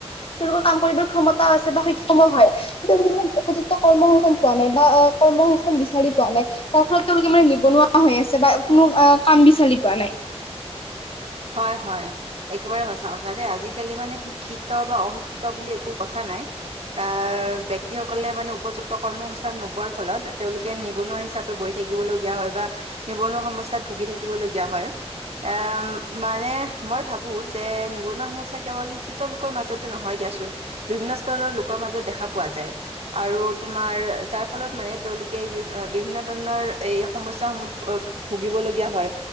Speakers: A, on the left; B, on the right.
A: তেওঁলোকৰ কাম কৰিবৰ ক্ষমতা আছে বা সক্ষমো হয়, তাতে <unintelligible> উপযুক্ত কৰ্ম সংস্থান পোৱা নাই বা কৰ্ম সংস্থান বিচাৰি পোৱা নাই, যাৰ ফলত তেওঁলোকে মানে নিবনুৱা হৈ আছে বা কোনো আহ কাম বিচাৰি পোৱা নাই।
B: হয়, হয়। একেবাৰে সঁচা কথা দেই, আজিকালি মানে শিক্ষিত বা অশিক্ষিত বুলি একো কথা নাই। আহ, ব্যক্তিসকলে মানে উপযুক্ত কৰ্মসস্থান নোপোৱাৰ ফলত, তেওঁলোকে নিবনুৱা হিচাপ পে বহি থাকিব লগীয়া হয় বা নিবনুৱা সমসস্যাত ভুগি থাকিব লগগীয়া হয় এ। মানে মই ভাবোঁ যে, নিবনুৱা সমস্যা কেৱল শিক্ষিত লোকৰ মাজতে নহয় দিয়াচোন। বিভিন্ন স্তৰৰ লোকৰ মাজত দেখা পোৱা যায়। আৰু তোমাৰ যাৰ ফলত মানে, তেওঁলোকে এই বিভিন্ন ধৰণৰ এই সমস্যাসমূহ ভুগিবলৈ হয়